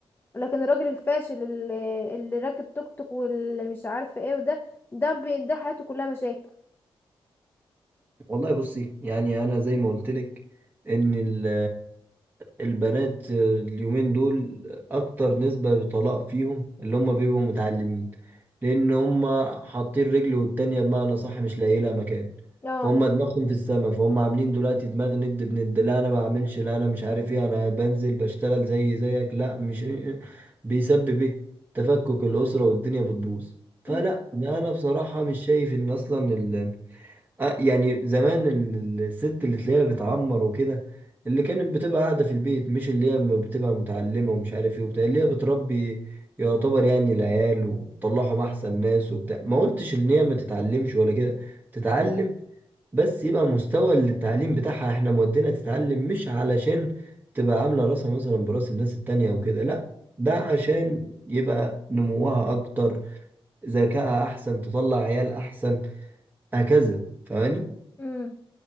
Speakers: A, on the left; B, on the right.
A: لكن الراجل الفاشل اللي, اللي راكب توك توك واللي مش عارفه ايه وده ده بي- ده حياته كلها مشاكل
B: والله بصي يعني انا زي ما قلت لك ان ال- البنات اليومين دول اكتر نسبة طلاق فيهم اللي هم بيبقوا متعلمين لان هم حاطين رجل والتانية بمعنى صح مش لاقي لها مكان
A: اه
B: فهم دماغهم في السما فهم عاملين دلوقتي دماغ ند بند لا انا بعملش لا انا مش عارف ايه انا بنزل بشتغل زي زيك لا مش بيسبب ايه تفكك الاسرة والدنيا بتبوظ فلا
A: أم،
B: انا بصراحة مش شايف ان اصلا آه، يعني زمان ال- الست اللي تلاقيها بتعمر وكده اللي كانت بتبقى قاعدة في البيت مش اللي هي م- بتبقى متعلمة ومش عارف ايه وبتاع اللي هي بتربي يعتبر يعني العيال وبتطلعهم أحسن ناس وبتاع ما قلتش إن هي ما تتعلمش ولا كده تتعلم بس يبقى مستوى التعليم بتاعها احنا مودينا تتعلم مش علشان تبقى عاملة راسها مثلا براس الناس التانية أو كده لأ ده عشان يبقى نموها أكتر ذكائها أحسن تطلع عيال أحسن هكذا فاهماني؟
A: أم.